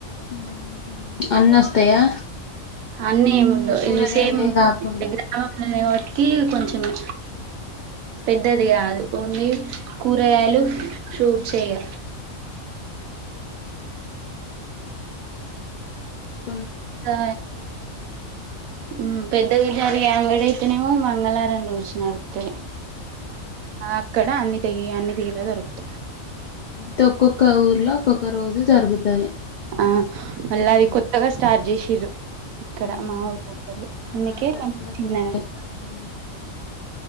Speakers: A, on the left (about 55°); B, on the right (about 85°).
A: ఉహు అన్ని వస్తాయా
B: అన్నీ ఏముండవు
A: ఒక కూరగాయలే
B: ఇది సేమ్
A: కాకుండా
B: గ్రామంలో కే కొంచమే పెద్దది కాదు ఓన్లీ కూరగాయాలు ఫ్రూట్స్ తే ఇగ
A: ఉహు
B: కా హు పెద్దగా జరిగే అంగడి అయితేనేమో మంగళవారం రోజు నడుపుతారు అక్కడ అన్ని తీ అన్ని తీలే దొరుకు
A: తో ఒక్కొక్క ఊర్లో ఒక్కొక్క రోజు జరుగుతది
B: ఆ మళ్ళ
A: ఉమ్,
B: అది కొత్తగా స్టార్ చేస్ టిరు ఇక్కడ
A: ఉమ్.
B: మా ఊరు దగ్గరే అందుకే
A: మా కాడ
B: కొంచెం
A: కూడా
B: చిన్న
A: కొత్తగా
B: అంగడి
A: స్టార్ట్ అయింది